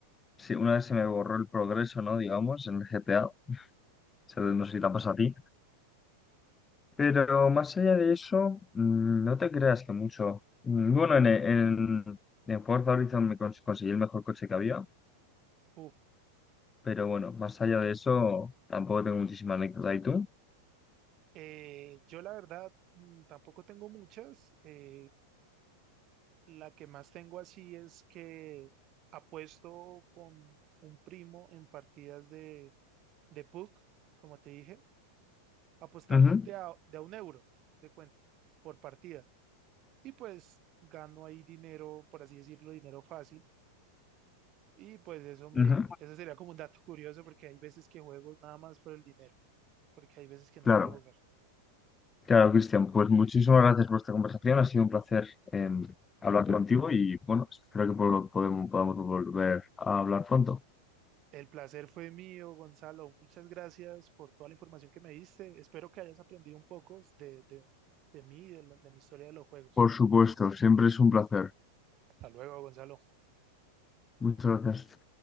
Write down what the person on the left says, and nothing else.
sí, una vez se me borró el progreso, ¿no? Digamos, en el GTA. O sea, no sé si te ha pasado a ti. Pero más allá de eso, mm, no te creas que mucho. Mm, Bueno, en, en, en Forza Horizon me cons- conseguí el mejor coche que había.
Pero bueno, más allá de eso, tampoco tengo muchísima anécdota. ¿Y tú?
Ujú,
ujú,
Claro.
Claro, Cristian, pues muchísimas gracias por esta conversación. Ha sido un placer em, hablar contigo y bueno, espero que pod- podemos, podamos volver a hablar pronto.
Por supuesto, siempre es un placer.
Muchas gracias.